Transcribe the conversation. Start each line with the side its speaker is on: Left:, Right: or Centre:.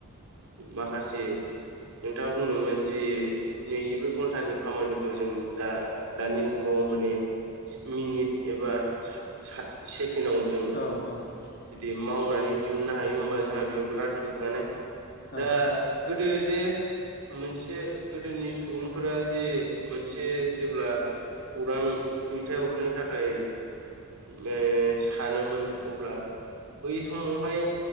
Right: माखासे नोंथाङा बुंदोमोन दि नैजिब्रै घन्टानि खामानिखौ जों दा दानि जुगाव माने मिनिट एबा सा सा से केनाव जों
Left: औ औ
Right: जुदि मावनानै दिहुननो हायो होमबा जोंहा बेयाव बिराट गोगानो
Left: औ
Right: दा गोदो जे मोनसे गोदोनि सुबुंफोरा जे मोनसे जे जेब्ला खौरां दैथायहरनो थाखाय ओ सानोमोन अब्ला बै समावहाय